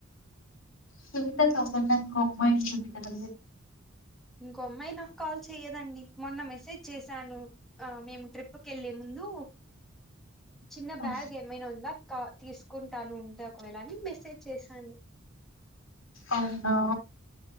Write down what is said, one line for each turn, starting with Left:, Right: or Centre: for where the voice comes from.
Left: సునీత కాకుండ ఇంకో అమ్మాయి ఉంటుంది కదా
Centre: ఇంకో అమ్మాయి నాకు కాల్ చెయ్యదండి మొన్న మెసేజ్ చేసాను ఆ మేము ట్రిప్ కెళ్ళే ముందు చిన్న
Left: లో
Centre: బ్యాగ్ ఏమైనా ఉందా కా తీసుకుంటాను ఉంటే ఒకవేళని మెసేజ్ చేసాను
Left: అవునా